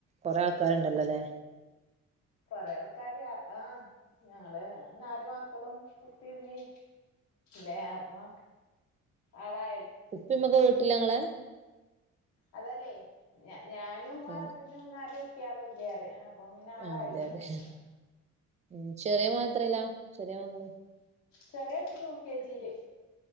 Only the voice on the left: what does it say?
കൊറെ ആൾക്കാര് ആ ഞങ്ങള് നാലുമക്കളും ഉപ്പയുംമ്മീ ലേ അപ്പം ആണാ
അതല്ലേ ഞാ ഞാനും ഹസ്ബൻഡും
<unintelligible> <unintelligible> ട്ട്യാളും ഇല്ലേ അറിയാ ഇപ്പം പിന്നെ ആളായി
ലെ
<unintelligible>
ചെറിയ കുട്ടി യു കെ ജി ല്